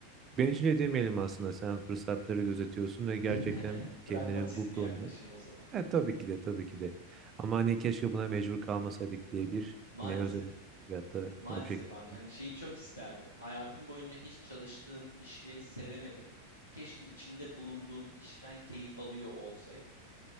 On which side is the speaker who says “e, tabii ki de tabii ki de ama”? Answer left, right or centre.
Right